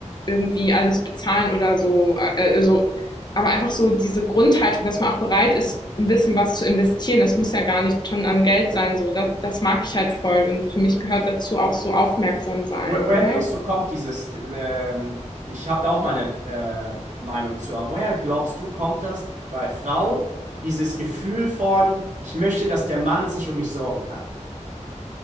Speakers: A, on the left; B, on the right.
A: irgendwie alles bezahlen oder so, äh, äh, so, aber einfach so diese Grundhaltung, dass man auch bereit ist, ein bisschen was zu investieren. Das muss ja gar nicht schon an Geld sein, so. Das, das mag ich halt voll. Und für mich gehört dazu auch so aufmerksam sein,
B: Woher, woher
A: oder?
B: denkst du, kommt dieses, ähm, ich habe da auch meine äh, Meinung zu, aber woher glaubst du, kommt das bei Frauen, dieses Gefühl von, ich möchte, dass der Mann sich um mich sorgen kann?